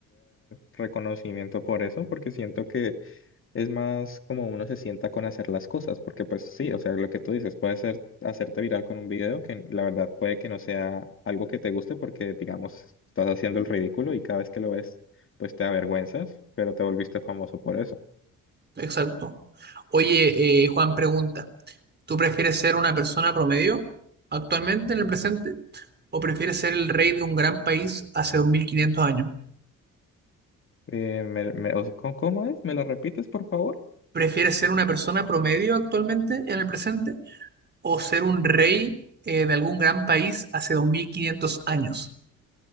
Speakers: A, on the left (about 45°); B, on the right (about 35°).
A: reconocimiento por eso, porque siento que es más como uno se sienta con hacer las cosas, porque pues sí, o sea, lo que tú dices, puede ser hacerte viral con un video que la verdad puede que no sea algo que te guste porque, digamos, estás haciendo el ridículo y cada vez que lo ves, pues te avergüenzas, pero te volviste famoso por eso.
B: Exacto. Oye, eh, Juan pregunta, ¿tú prefieres ser una persona promedio actualmente en el presente o prefieres ser el rey de un gran país hace 2500 años?
A: Eh, me- me- o- ¿cómo cómo es? ¿Me lo repites, por favor?
B: ¿Prefieres ser una persona promedio actualmente en el presente o ser un rey eh, de algún gran país hace 2500 años?